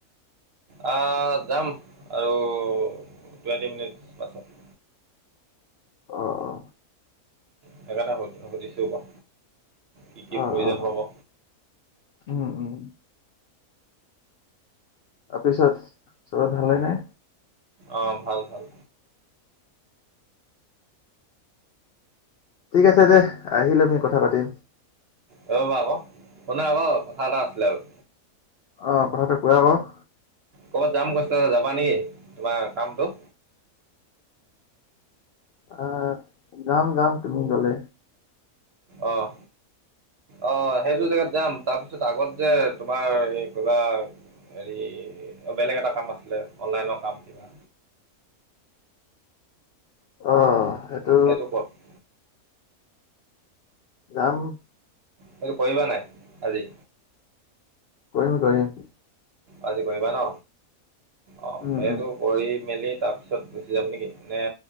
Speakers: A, on the right; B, on the left.
A: আহ, যাম আৰু টুৱেণ্টি মিনিটছ পাছত।
B: অ অ।
A: সেইকাৰণে সুধিছো ক, কি কি
B: অ অ
A: প্ৰয়োজন
B: অ
A: হ'ব!
B: উম উম। তাৰপিছত চবে ভালে নে?
A: অৱ ভাল ভাল।
B: ঠিক আছে দে, আহিলে আমি কথা পাতিম।
A: দৌৰ মাৰা আকৌ, শুনা আকৌ কথা এটা আছিলে আৰু।
B: অৱ কথাটো কোৱা আক।
A: ক'ৰবাত যাম কৈছিলা যাবা নেকি? তোমাৰ কামটো।
B: আহ, যাম যাম তুমি গ'লে।
A: অহ। অ সেইটো জেগাত যাম তাৰপিছত আগত যে তোমাৰ এই কিবা হেৰি বেলেগ এটা কাম আছিলে, অনলাইনৰ কাম কিবা।
B: অৱ, সেইটোত
A: <unintelligible>
B: যাম।
A: সেইটো কৰিবা নাই আজি?
B: কৰিম কৰিম।
A: আজি কৰিবা ন, অ
B: উম
A: সেইটো
B: উম।
A: কৰি মেলি তাৰপিছত গুচি যাম নেকি! নে